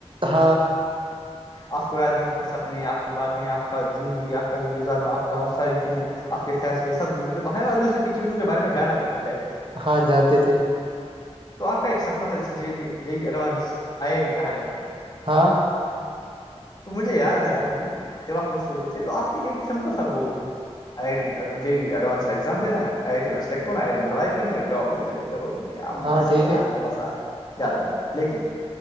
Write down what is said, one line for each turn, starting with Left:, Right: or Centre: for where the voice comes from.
Right: ہاں
Left: آپ کو یادیں آپ کی سپنے آپ کی باتیں آپ کا زندگی آپ کا زندگی گزارنا آپ کا ساری چیزیں آپ کا کے فیصل سب مطلب اور ایک دوسرے کی چیزوں کے بارے میں جان کر رہے کیا اچھے سے
Right: ہاں جاتے تھے
Left: تو آپ کا ایک سپنا تھا جسے یہی ایڈوانس آئی آئی ٹی کہا جاتا تھا
Right: ہاں
Left: مجھے یاد ہے آج بھی بھی جب آپ وہ سوچے تھے تو آپ کے لیے ایک سمپل سا گول تھا آئی آئی ٹیڈی ایڈانس کاگز دینا آئی آئی ٹی میں سلیک ہو ہے آئیٹی میں پڑھائی کرنی اور جاب مل جائے گی کروں گی پ
Right: ہاں
Left: مست
Right: ٹھیک
Left: ہے یار مزہ آئے یاد ہے مجھے لیکن